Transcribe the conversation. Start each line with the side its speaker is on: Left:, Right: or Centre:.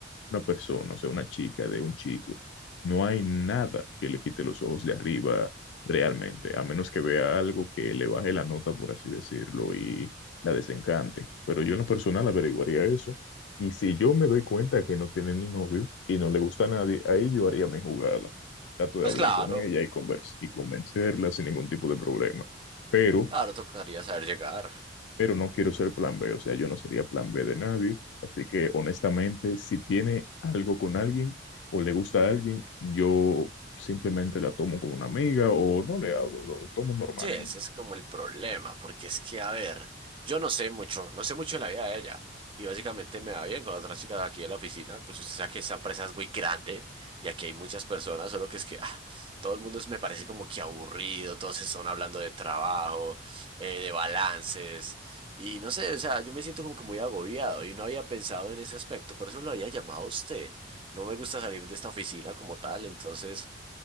Left: una persona, o sea, una chica, de un chico, no hay nada que le quite los ojos de arriba realmente, a menos que vea algo que le baje la nota, por así decirlo, y la desencante. Pero yo en lo personal averiguaría eso. Y si yo me doy cuenta que no tiene ni novio y no le gusta a nadie, ahí yo haría mi jugada. Trato
Right: Pues
Left: de hablar
Right: claro,
Left: con ella y, convers- y convencerla sin ningún tipo de problema. Pero
Right: claro, tocaría saber llegar.
Left: pero no quiero ser plan B, o sea, yo no sería plan B de nadie. Así que honestamente, si tiene algo con alguien o le gusta a alguien, yo simplemente la tomo como una amiga o no le hablo, lo tomo normal.
Right: Sí, ese
Left: Y,
Right: es como el problema, porque es que, a ver, yo no sé mucho, no sé mucho de la vida de ella. Y básicamente me va bien con las otras chicas aquí en la oficina, pues usted sabe que esta empresa es muy grande y aquí hay muchas personas, solo que es que ah, todo el mundo es- me parece como que aburrido, todos están hablando de trabajo, eh, de balances, y no sé, o sea, yo me siento como que muy agobiado y no había pensado en ese aspecto, por eso lo había llamado a usted. No me gusta salir de esta oficina como tal, entonces...